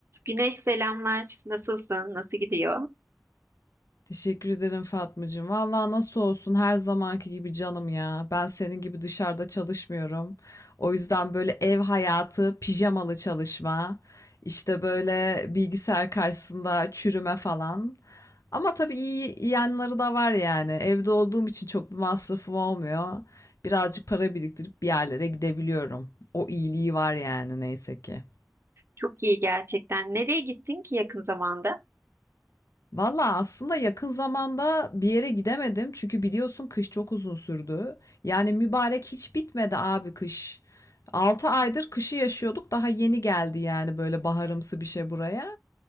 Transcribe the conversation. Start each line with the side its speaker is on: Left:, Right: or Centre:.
Right: Güneş selamlar. Nasılsın? Nasıl gidiyor?
Left: Teşekkür ederim Fatmacığım. Vallahi nasıl olsun her zamanki gibi canım ya. Ben senin gibi dışarıda çalışmıyorum. O yüzden böyle ev hayatı, pijamalı çalışma, işte böyle bilgisayar karşısında çürüme falan. Ama tabii iyi iyi yanları da var yani. Evde olduğum için çok bir masrafım olmuyor. Birazcık para biriktirip bir yerlere gidebiliyorum. O iyiliği var yani neyse ki.
Right: Çok iyi gerçekten. Nereye gittin ki yakın zamanda?
Left: Valla aslında yakın zamanda bir yere gidemedim. Çünkü biliyorsun kış çok uzun sürdü. Yani mübarek hiç bitmedi abi kış. altı aydır kışı yaşıyorduk. Daha yeni geldi yani böyle baharımsı bir şey buraya.